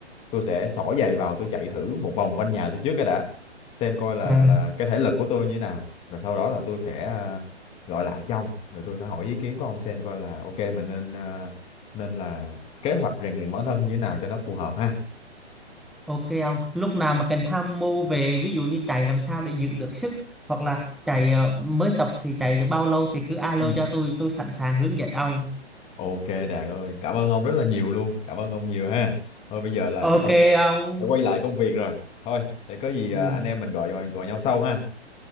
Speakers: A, on the left (about 20°); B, in the centre.
A: tôi sẽ xỏ giày vào tôi chạy thử một vòng quanh nhà tôi trước cái đã xem coi là
B: à,
A: là cái thể lực của tôi như thế nào rồi sau đó là tôi sẽ à, gọi lại cho ông rồi tôi sẽ hỏi ý kiến của ông xem coi là ok mình nên à, nên là kế hoạch rèn luyện bản thân như thế nào cho nó phù hợp ha
B: ok ông lúc nào mà cần tham mưu về ví dụ như chạy làm sao để giữ được sức hoặc là chạy ờ, mới tập thì chạy được bao lâu thì cứ alo
A: Ừ.
B: cho tôi tôi sẵn sàng hướng dẫn ông
A: ok Đạt ơi cảm ơn ông rất là nhiều luôn cảm ơn ông nhiều ha thôi bây giờ là
B: ok
A: chắc là phải
B: ông
A: phải quay lại công việc rồi thôi để có gì
B: Ừm,
A: à, anh em mình gọi gọi, gọi nhau sau ha